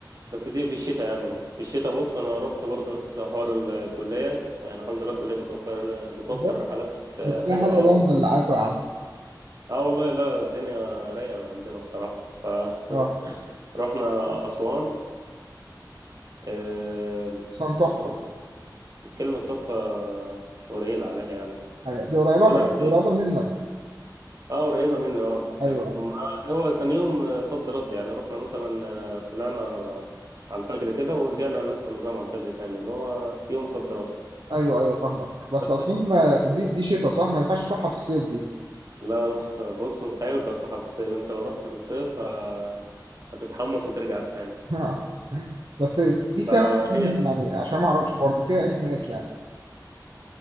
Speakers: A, on the right; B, on the right.
A: بس دي في الشتاء يعني في الشتاء بص انا رحت برضو نفس حوار الكلية يعني الحمد لله الكلية بتوفر بتوفر
B: بجد
A: رحلات آه،
B: دي كلها
A: حلوة
B: حلوه
A: اه
B: بقى
A: والله
B: مدلعاكوا يا عم
A: اه والله لا الدنيا رايقة عندنا بصراحة ف <laughs>
B: اه
A: رحنا أسوان آه،
B: اصلا تحفه
A: بص كلمة تحفة قليلة عليها يعني
B: ايوه دي قريبه
A: بلد
B: من- دي قريبه منك
A: اه قريبة مني اه
B: ايوه
A: آه،
B: ايوه
A: هو كان يوم صد رد يعني رحنا مثلا آه، طلعنا على الفجر كده ورجعنا نفس النظام على الفجر تاني اللي هو يوم صد رد
B: ايوه ايوه فاهمك بس
A: بس
B: اصلا ما- يعني دي دي شتا صح ما ينفعش تروحها في الصيف دي
A: لا لا، <laughs> بص مستحيل تروحها في الصيف انت لو رحت في الصيف آه، هتتحمس وترجع تاني
B: <laughs> بس دي دي فيها
A: فهي
B: إيه هناك يعني عشان ما اعرفش برضه فيها ايه هناك يعني